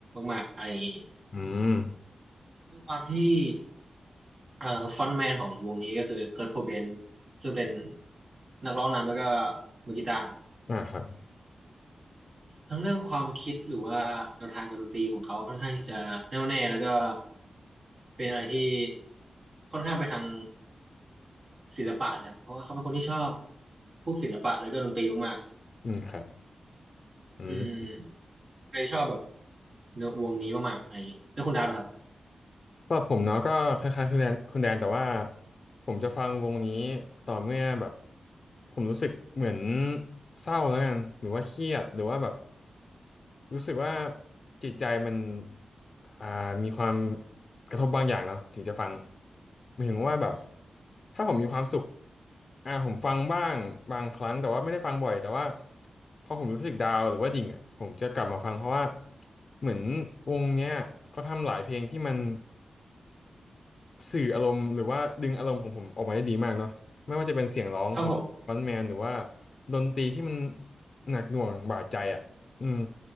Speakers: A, on the right (about 65°); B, on the left (about 60°).
A: มากๆอะไรอย่างนี้
B: อืม
A: ด้วยความที่เอ่อฟอนต์แมนของวงนี้ก็คือเคิร์ตโคเบนซึ่งเป็นนักร้องนำแล้วก็มือกีตาร์
B: อ่าครับ
A: ทั้งเรื่องความคิดหรือว่าแนวทางการดนตรีของเขาค่อนข้างที่จะแน่วแน่แล้วก็เป็นอะไรที่ค่อนข้างไปทางศิลปะเลยครับเพราะว่าเขาเป็นคนที่ชอบพวกศิลปะแล้วก็ดนตรีมาก
B: อืมครับ
A: ๆอืม
B: อืม
A: เลยชอบแบบเนื้อวงนี้มากๆอะไรอย่างงี้แล้วคุณดาบล่ะครับ
B: สำหรับผมเนาะก็คล้ายๆคุณแดนคุณแดนแต่ว่าผมจะฟังวงนี้ต่อเมื่อแบบผมรู้สึกเหมือนเศร้าแล้วกันหรือว่าเครียดหรือว่าแบบรู้สึกว่าจิตใจมันอ่ามีความกระทบบางอย่างเนาะถึงจะฟังหมายถึงว่าแบบ
A: อืม
B: ถ้าผมมีความสุขอ่าผมฟังบ้างบางครั้งแต่ว่าไม่ได้ฟังบ่อยแต่ว่าพอผมรู้สึกดาวน์หรือว่าดิ่งอ่ะผมจะกลับมาฟังเพราะว่าเหมือนวงเนี้ยเขาทำหลายเพลงที่มัน สื่ออารมณ์หรือว่าดึงอารมณ์ของผมออกมาได้ดีมากเนาะไม่ว่าจะเป็นเสียงร้องของฟรอนต์แมนหรือว่า
A: เท่าผม
B: ดนตรีที่มันหนักหน่วงบาดใจอ่ะอืม